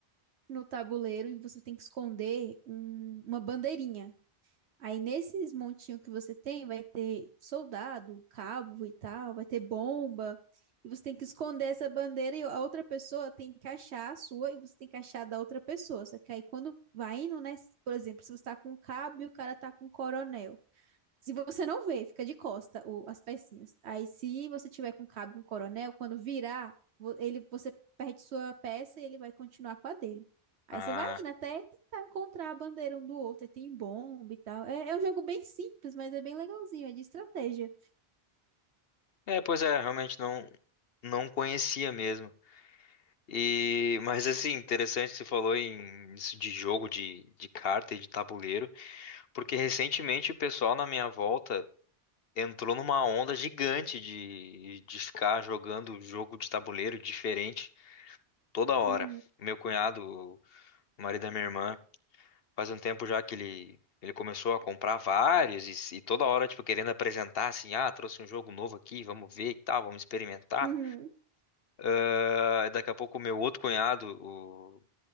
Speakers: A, on the right; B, on the left.
A: no tabuleiro e você tem que esconder um- uma bandeirinha. Aí nesses montinhos que você tem, vai ter soldado, cabo e tal, vai ter bomba. E você tem que esconder essa bandeira e a outra pessoa tem que achar a sua e você tem que achar a da outra pessoa. Só que aí quando vai indo, né? Por exemplo, se você tá com um cabo e o cara tá com um coronel. Se você não vê, fica de costa o- as pecinhas. Aí, se você tiver com cabo um coronel, quando virar, vo- ele, você perde sua peça e ele vai continuar com a dele. Aí
B: Ah,
A: você vai indo até tentar encontrar a bandeira um do outro. Aí tem bomba e tal. É, é um jogo bem simples, mas é bem legalzinho. É de estratégia.
B: é, pois é, realmente não não conhecia mesmo. E, mas assim, interessante que você falou em isso de jogo de, de carta e de tabuleiro, porque recentemente o pessoal na minha volta entrou numa onda gigante de, de ficar jogando jogo de tabuleiro diferente toda hora.
A: Uhum,
B: Meu cunhado, o marido da minha irmã, Faz um tempo já que ele, ele começou a comprar vários e, e toda hora, tipo, querendo apresentar assim, ah, trouxe um jogo novo aqui, vamos ver e tal, vamos experimentar.
A: uhum,
B: Ah, daqui a pouco o meu outro cunhado, o